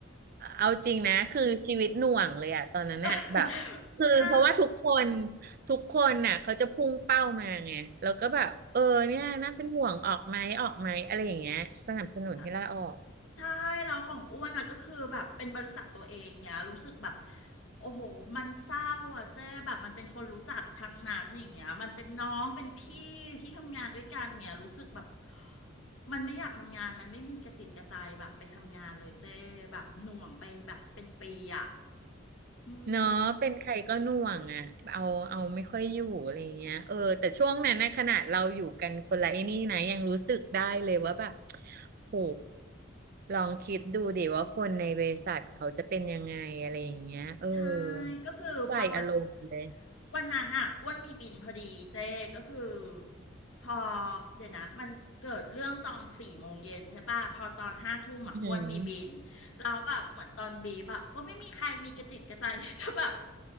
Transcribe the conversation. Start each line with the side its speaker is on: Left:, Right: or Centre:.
Right: เอาจริงนะ คือชีวิตหน่วงเลยอะตอนนั้นเนี่ยแบบ
Left: <laughs>
Right: คือเพราะว่าทุกคน
Left: ใช่
Right: ทุกคนน่ะเขาจะพุ่งเป้ามาไง แล้วก็แบบ เออเนี่ยน่าเป็นห่วงออกไหมออกไหมอะไรอย่างเงี้ยสนับสนุนให้ลาออก
Left: ใช่ใช่เราของอ้วนอ่ะก็คือแบบเป็นบริษัทตัวเองเนี่ยรู้สึกแบบโอ้โหมันเศร้าอ่ะเจ๊แบบมันเป็นคนรู้จักทั้งนั้นอย่างเงี้ยมันเป็นน้องเป็นพี่ที่ทำงานด้วยกันเนี่ยรู้สึกแบบมันไม่อยากทำงานมันไม่มีกระจิตกระใจแบบไปทำงานเลยเจ๊แบบหน่วงไปแบบเป็นปีอ่ะอืม
Right: เนาะเป็นใครก็หน่วงอ่ะเอาเอาไม่ค่อยอยู่อะไรเงี้ยเออแต่ช่วงนั้นนะขนาดเราอยู่กันคนละไอ้นี่นะยังรู้สึกได้เลยว่าแบบโหลองคิดดูดิว่าคนในบริษัทเขาจะเป็นยังไงอะไรอย่างเงี้ยเออ
Left: ใช่ก็คือพอวัน
Right: เข้าใจอารมณ์เลย
Left: วันนั้นอ่ะอ้วนมีบินพอดีเจ๊ก็คือพอเดี๋ยวนะมันเกิดเรื่องตอนสี่โมงเย็นใช่ป่ะพอตอนห้าทุ่มอ่ะอ้วนมีบินแล้วแบบเหมือนตอนบีบอ่ะก็ไม่มีใครมีกระจิตกระใจ
Right: อือหือ
Left: <laughs> จะแบบ